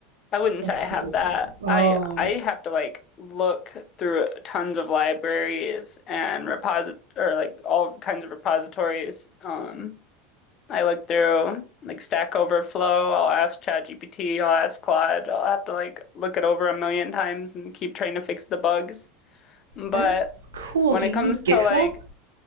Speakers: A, on the left; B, on the right.
A: I wouldn't
B: and
A: say
B: as
A: I
B: quickly
A: have
B: as
A: that.
B: possible. Oh,
A: I I have to like look through tons of libraries and reposit or like all kinds of repositories um I look through like Stack Overflow. I'll ask ChatGPT. I'll ask Claude. I'll have to like look it over a million times and keep trying to fix the bugs. But
B: that's cool.
A: when
B: Do
A: it
B: you
A: comes
B: use GitHub?
A: to like,